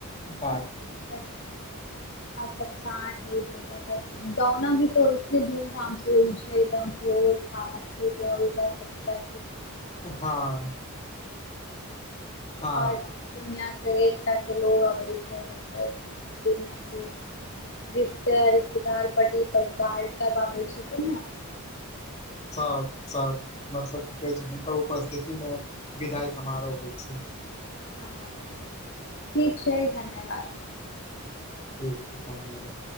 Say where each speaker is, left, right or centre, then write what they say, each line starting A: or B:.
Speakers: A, on the left; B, on the left.
A: बात
B: <inaudible> आ सब सांझ होइतै न त ग‌उना भी त होई छै धूम धाम से होइ छै एकदम भोज भात पूजा उजा सब सा
A: हँ हँ
B: और दुनिया अनेक टा के लोग आबै छै त दुनिया के रिश्ता के रिश्तेदार पट्टी पटदार सब आबै छथिन ने
A: सब सब मतलब की कहै छै हुनकर उपस्थितिमे विदाई समारोह होइ छै
B: हँ ठीक छै धन्यवाद
A: ठीक छै धन्यवाद